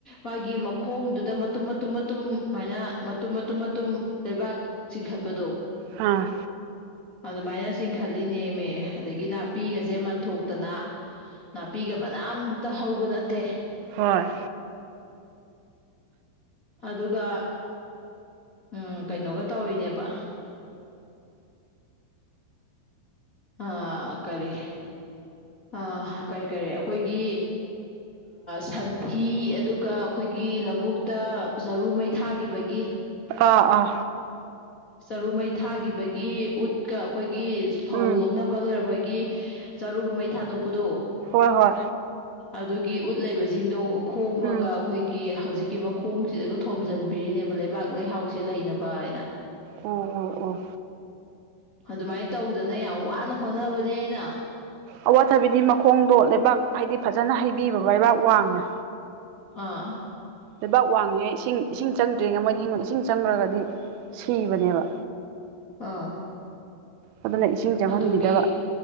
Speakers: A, on the left (about 55°); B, on the right (about 85°).
A: ꯃꯥꯒꯤ ꯃꯈꯣꯡꯗꯨꯗ ꯃꯇꯨꯝ ꯃꯇꯨꯝ ꯃꯇꯨꯝ ꯁꯨꯃꯥꯏꯅ ꯃꯇꯨꯝ ꯃꯇꯨꯝ ꯃꯇꯨꯝ ꯂꯩꯕꯥꯛ ꯆꯤꯡꯈꯠꯄꯗꯣ
B: ꯍꯥꯥ
A: ꯑꯗꯨꯃꯥꯏꯅ ꯆꯤꯡꯈꯠꯂꯤꯅꯦꯃꯦ ꯑꯗꯒꯤ ꯅꯥꯄꯤꯒꯁꯦ ꯃꯟꯊꯣꯛꯇꯅ ꯅꯥꯄꯤꯒ ꯃꯅꯥ ꯑꯝꯇ ꯍꯧꯕ ꯅꯠꯇꯦ
B: ꯍꯣꯏ
A: ꯑꯗꯨꯒ ꯎꯝ ꯀꯩꯅꯣꯒ ꯇꯧꯔꯤꯅꯦꯕ ꯑꯥ ꯀꯔꯤ ꯑ ꯀꯔꯤ ꯀꯔꯤ ꯑꯩꯈꯣꯏꯒꯤ ꯁꯟꯊꯤ ꯑꯗꯨꯒ ꯑꯩꯈꯣꯏꯒꯤ ꯂꯧꯕꯨꯛꯇ ꯆꯔꯨ ꯃꯩ ꯊꯥꯈꯤꯕꯒꯤ
B: ꯑꯥ ꯑꯥ
A: ꯆꯔꯨ ꯃꯩ ꯊꯥꯈꯤꯕꯒꯤ ꯎꯠꯀ ꯑꯩꯈꯣꯏꯒꯤ ꯐꯧ
B: ꯎꯝ
A: ꯂꫭꯛꯅꯕ ꯂꯣꯔꯛꯄꯒꯤ ꯆꯔꯨꯒ ꯃꯩ ꯊꯥꯗꯣꯛꯄꯗꯣ
B: ꯍꯣꯏ ꯍꯣꯏ
A: ꯑꯗꯨꯒꯤ ꯎꯠ ꯂꯩꯕꯁꯤꯡꯗꯣ ꯈꯣꯝꯃꯒ
B: ꯎꯝ
A: ꯑꯩꯈꯣꯏꯒꯤ ꯍꯧꯖꯤꯛꯀꯤ ꯃꯈꯣꯡꯁꯤꯗꯁꯨ ꯊꯣꯝꯖꯤꯟꯕꯤꯔꯤꯅꯦꯕ ꯂꯩꯕꯥꯛ ꯂꯩꯍꯥꯎꯁꯦ ꯂꯩꯅꯕ ꯍꯥꯏꯅ
B: ꯑꯣ ꯑꯣ ꯑꯣ
A: ꯑꯗꯨꯃꯥꯏꯅ ꯇꯧꯗꯅ ꯌꯥꯝ ꯋꯥꯅ ꯍꯣꯠꯅꯕꯅꯦ ꯑꯩꯅ
B: ꯑꯋꯥꯊꯕꯤꯗꯤ ꯃꯈꯣꯡꯗꯣ ꯂꯩꯕꯥꯛ ꯍꯥꯏꯗꯤ ꯐꯖꯅ ꯍꯩꯕꯤꯕ ꯂꯩꯕꯥꯛ ꯋꯥꯡꯅ
A: ꯑꯥ
B: ꯂꯩꯕꯥꯛ ꯋꯥꯡꯉꯤꯉꯦ ꯏꯁꯤꯡ ꯏꯁꯤꯡ ꯆꯪꯗ꯭ꯔꯤꯉꯩ ꯃꯣꯏꯗꯤ ꯏꯁꯤꯡ ꯆꯪꯈ꯭ꯔꯒꯗꯤ ꯁꯤꯕꯅꯦꯕ
A: ꯑꯥ
B: ꯑꯗꯨꯅ ꯏꯁꯤꯡ ꯆꯪꯍꯟꯕꯤꯗꯕ
A: ꯑꯗꯨꯒꯤ